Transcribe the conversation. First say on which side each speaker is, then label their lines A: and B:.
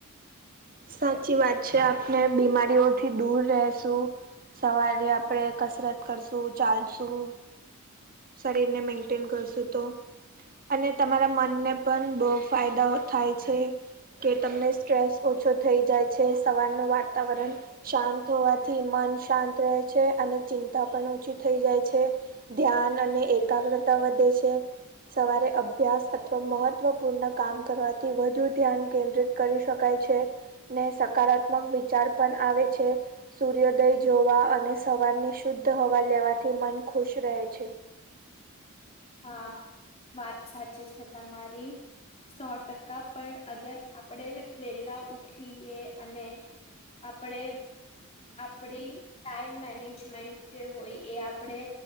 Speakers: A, on the right (about 40°); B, on the left (about 30°).
A: સાચી વાત છે આપણે બીમારીઓથી દૂર રશું સવારે આપણે કસરત કરશું ચાલશું શરીર ને મેન્ટેન કરશું તો અને તમારા મનને પણ બહુ ફાયદાઓ થાય છે કે તમને સ્ટ્રેસ ઓછો થઈ જાય છે સવારનું વાતાવરણ શાંત હોવાથી મન શાંત રહે છે અને ચિંતા પણ ઓછી થઈ જાય છે ધ્યાન અને એકાગ્રતા વધે છે સવારે અભ્યાસ અથવા મહત્ત્વપૂર્ણ કામ કરવાથી વધુ ધ્યાન કેન્દ્રિત કરી શકાય છે ને સકારાત્મક વિચાર પણ આવે છે સૂર્યોદય જોવા અને સવારની શુદ્ધ હવા લેવાથી મન ખુશ રહે છે
B: હા વાત સાચી જ તમારી સો ટકા પણ અગર આપડે વેલા ઉઠીએ અને આપડે આપડી ટાઈમ મેનેજમેન્ટ જે હોય એ આપણે